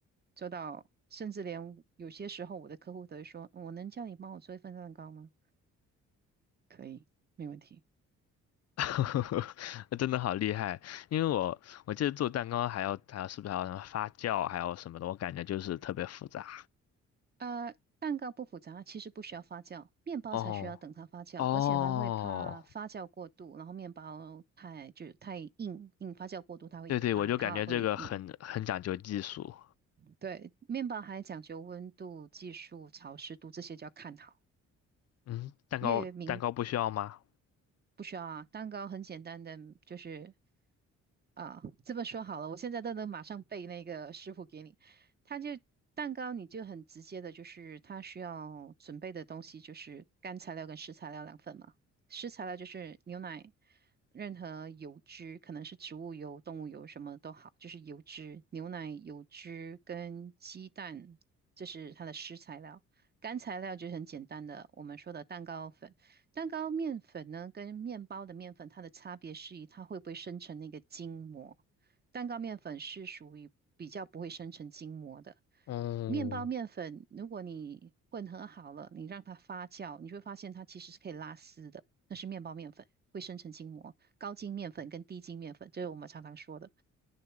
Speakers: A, on the right; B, on the left.
A: 做到甚至连有些时候我的客户都会说：“我能叫你帮我做一份蛋糕吗？”可以，没问题。
B: <laughs> 真的好厉害，因为我我记得做蛋糕还要还要是不是还要什么发酵，还有什么的，我感觉就是特别复杂。
A: 呃，蛋糕不复杂，其实不需要发酵，面包才需要等它发酵，
B: 哦哦，
A: 而且还会怕发酵过度，然后面包太就是太硬，硬发酵过度它会塌，
B: 对对，我就感觉这个很很讲究技术。
A: 塌了会硬。对，面包还讲究温度、技术、潮湿度这些就要看好，
B: 嗯，蛋糕蛋糕不需要吗？
A: 越明不需要啊，蛋糕很简单的，就是啊，这么说好了，我现在都能马上背那个师傅给你。他就蛋糕，你就很直接的，就是他需要准备的东西就是干材料跟湿材料两份嘛。湿材料就是牛奶，任何油脂，可能是植物油、动物油什么都好，就是油脂、牛奶、油脂跟鸡蛋，这是它的湿材料。干材料就是很简单的，我们说的蛋糕粉。蛋糕面粉呢，跟面包的面粉它的差别是于它会不会生成那个筋膜。蛋糕面粉是属于比较不会生成筋膜的。
B: 哦
A: 面包面粉，如果你混合好了，你让它发酵，你就会发现它其实是可以拉丝的，那是面包面粉，会生成筋膜。高筋面粉跟低筋面粉，这是我们常常说的。